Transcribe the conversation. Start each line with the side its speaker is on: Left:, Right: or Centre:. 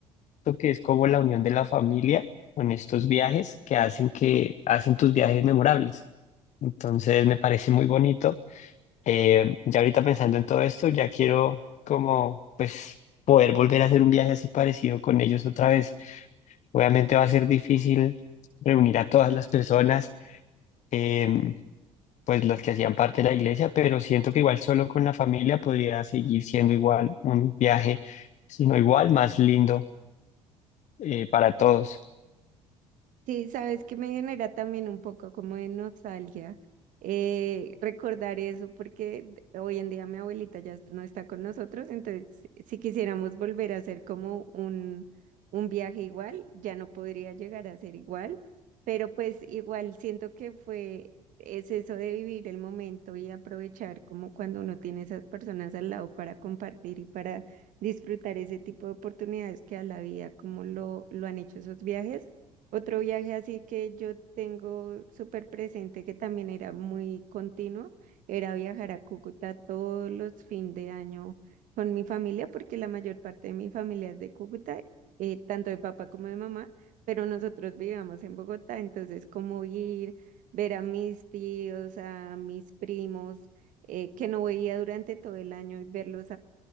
Left: que es como la unión de la familia con estos viajes que hacen que hacen tus viajes memorables. Entonces me parece muy bonito eh, ya ahorita pensando en todo esto, ya quiero como pues poder volver a hacer un viaje así parecido con ellos otra vez. Obviamente va a ser difícil reunir a todas las personas, em, pues las que hacían parte de la iglesia, pero siento que igual solo con la familia podría seguir siendo igual un viaje, sino igual más lindo eh, para todos.
Right: Sí, sabes que me genera también un poco como de nostalgia eh, recordar eso, porque d- hoy en día mi abuelita ya no está con nosotros, entonces si quisiéramos volver a hacer como un, un viaje igual, ya no podría llegar a ser igual, pero pues igual siento que fue, es eso de vivir el momento y aprovechar como cuando uno tiene esas personas al lado para compartir y para disfrutar ese tipo de oportunidades que a la vida como lo, lo han hecho esos viajes otro viaje así que yo tengo súper presente, que también era muy continuo, era viajar a Cúcuta todos los fin de año con mi familia, porque la mayor parte de mi familia es de Cúcuta, eh, tanto de papá como de mamá, pero nosotros vivíamos en Bogotá, entonces como ir, ver a mis tíos, a mis primos, eh, que no veía durante todo el año y verlos